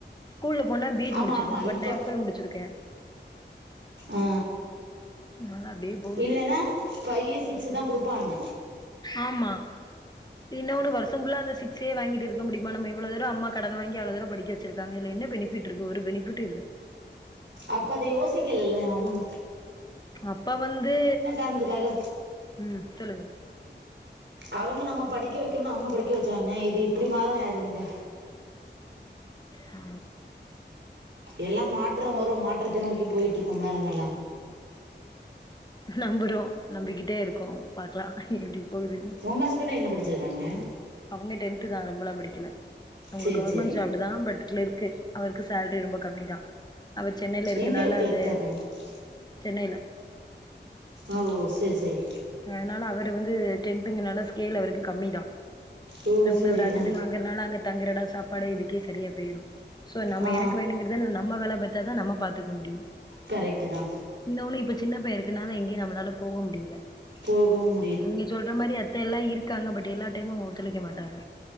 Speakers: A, on the left (about 20°); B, on the right (about 75°).
A: ஸ்கூல்ல போனா பி எட்
B: ஆமா
A: முடிச்சிருக்குனு
B: ஆமா
A: பட்
B: இப்ப
A: நா எம் பில் முடிச்சிருக்கே
B: ஆ
A: நால்லா அப்டியே போகுது
B: இல்லன்னா ஃபை சிக்ஸ் தா குடுப்பாங்க
A: ஆமா இன்னொன்னு வர்ஷம் ஃபுல்லா அந்த சிக்சே வாங்கிட்டு இருக்க முடிமா நம்ம இவ்ளோ துரோ அம்மா கடன் வாங்கி அவ்ளோ துரோ படிக்கவச்சிருக் காங்க இதுல என்ன பெனிபிட் இருக்கு ஒரு பெனிபிட்டு இல்ல
B: அப்ப அது யோசிக்லல்ல அவுங்
A: அப்ப வந்து
B: காரணத்துக்காக
A: ம் சொல்லுங்க
B: அவுங்க நம்ம படிக்க வைக்கணு அவுங்க படிக்க வெச்சாங்க இது இப்டி மாருனு யாருகண்டா
A: ஆ
B: எல்லா மாற்ற வரு மாற்றத்த நோக்கி பொயிட்ருக்கோம்ல நம்மலா
A: நம்புறோ நம்பிக்கிட்டே இருக்கோ பாக்லா எப்டி போதுனு
B: ஒங்க ஹஸ்பண்டு என்ன படிச்சிருக்காங்க
A: அவுங்க டென்த்து தா ரொம்பளா படிக்ல அவுங்க
B: சேரி
A: கவர்மெண்ட்
B: சேரி
A: ஜாப் தா பட் கிளர்க்கு அவுர்க்கு சேல்ரி ரொம்ப கம்மி தா அவர் சென்னைல இருக்கனால
B: எங்க கிளர்க்கா
A: அந்த
B: இருக்காங்க
A: சென்னைல
B: ஓ ஓ செரி செரி
A: அதனால அவரு வந்து டென்த்துங்கிறனால ஸ்கேல் அவருக்கு கம்மி தா
B: ஓ
A: இன்னொன்னு
B: சரி
A: அவுரு அது
B: ஆ
A: இதுன்னு வாங் றனால அங்க தங்ற எடோ சாப்பாடு இதுக்கே சரியா பொயிரு சோ நம்ம
B: ஆ
A: எனக்கு வேணுங்கறத நா நம்ம வேல பாத்து த்தா தா நம்ம பாத்துக்க முடியு
B: கரெக்ட்டு தா
A: இன்னொன்னு இப்ப சின்னப் பைய இருக்குறனால எங்கேயு நம்மளால போக முடியில
B: போதும்
A: நீங்க சொல்ற மாரி அத்தெல்லா இருக்காங்க பட் எல்லா டைமு அவுங்க ஒத்துழைக்க மாட்டாங்க